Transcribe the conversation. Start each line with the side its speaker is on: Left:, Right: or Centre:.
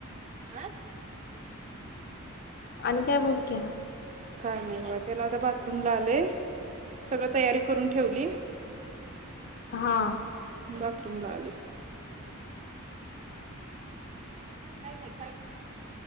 Right: आ
Left: आणि काय बोल क्या
Right: का नाही वा त्याला आता बाथरूम ला आले सगळं तयारी करून ठेवली
Left: हा
Right: बाथरूम ला आले काही नाही का